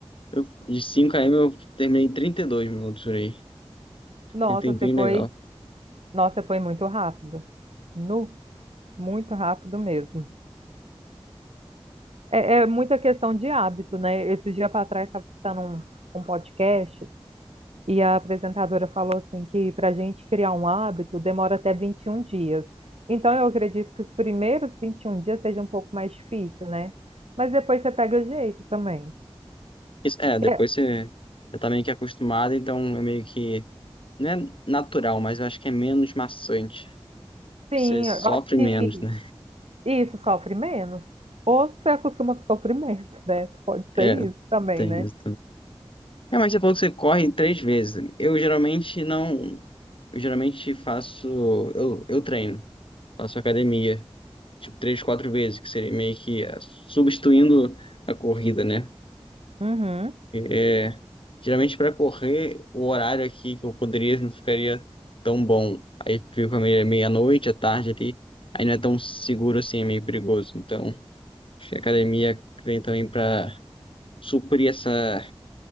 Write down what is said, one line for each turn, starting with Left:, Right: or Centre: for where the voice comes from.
Left: eu, de cinco km, eu terminei em 32 minutos por aí.
Right: Nossa,
Left: E tempinho
Right: você foi,
Left: legal.
Right: nossa, foi muito rápido. Nu, muito rápido mesmo. É, é muita questão de hábito, né? Esses dias para trás estava escutando um, um podcast E a apresentadora falou assim que para a gente criar um hábito demora até 21 dias. Então eu acredito que os primeiros 21 dias seja um pouco mais difícil, né? Mas depois você pega jeito também.
Left: Isso, é, depois
Right: É,
Left: você, você tá meio que acostumado, então é meio que. Não é natural, mas eu acho que é menos maçante.
Right: sim,
Left: Você sofre
Right: eu acho que
Left: menos, né?
Right: isso sofre menos. Ou você acostuma com sofrimento, né? Pode ser
Left: É,
Right: isso também,
Left: tem
Right: né?
Left: isso É, mas você falou que você corre três vezes. Eu geralmente não. Eu geralmente faço. Eu, eu treino. Faço academia. Tipo, três, quatro vezes, que seria meio que é, substituindo a corrida, né?
Right: Uhum.
Left: É, geralmente para correr, o horário aqui que eu poderia não ficaria tão bom. Aí fica meia- meia-noite, à tarde ali. Aí não é tão seguro assim, é meio perigoso. Então, acho que a academia vem também para suprir essa.